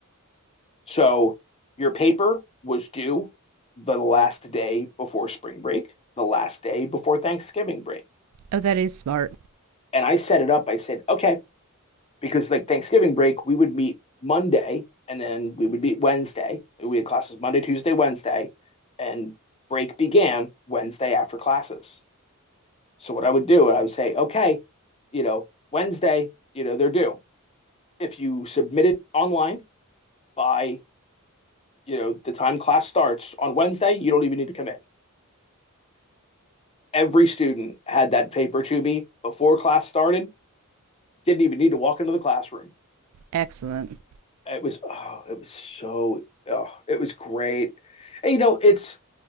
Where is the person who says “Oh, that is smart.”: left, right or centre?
Right